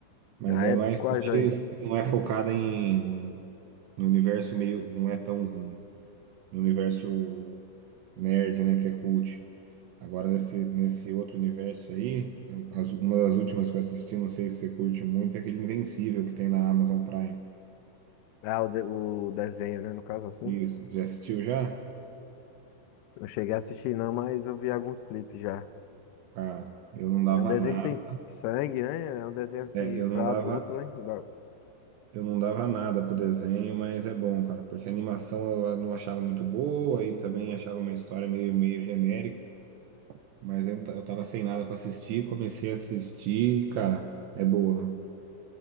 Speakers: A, on the right (about 75°); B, on the left (about 85°).
A: Mas
B: Ah,
A: é
B: é?
A: mais
B: Tipo, Quais
A: série
B: aí?
A: que não é focada em. No universo meio. Não é tão. No universo nerd, né? Que é cult. Agora, nesse, nesse outro universo aí, eu- as- uma das últimas que eu assisti, não sei se você curte muito, é aquele Invencível que tem na Amazon Prime.
B: Ah, o, de- o desenho, né? No caso assim.
A: Isso, já assistiu já?
B: Não cheguei a assistir não, mas eu vi alguns clipes já.
A: Cara, eu não dava
B: É um desenho
A: nada.
B: que tem s- sangue, né? É um desenho assim
A: É, eu
B: pra
A: não dava,
B: adulto, né? Da-
A: eu não dava nada pro desenho, mas é bom, cara, porque a animação eu eu não achava muito boa e também achava uma história meio, meio genérica, mas eu, ta- eu tava sem nada pra assistir, comecei a assistir, e, cara, é boa.